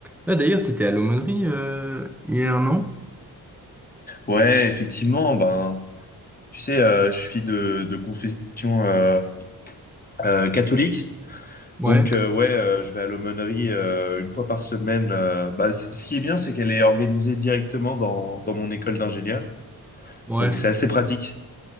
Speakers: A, in the centre; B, on the left.
A: Ah, d'ailleurs, t'étais à l'aumônerie euh, hier, non?
B: Ouais, effectivement, ben, tu sais, euh, je suis de, de confession euh, euh, catholique.
A: Ouais,
B: Donc, euh, ouais, euh, je vais à l'aumônerie euh, une fois par semaine. euh, bah, c- ce qui est bien, c'est qu'elle est organisée directement dans, dans mon école d'ingénieur.
A: ouais,
B: Donc, c'est assez pratique.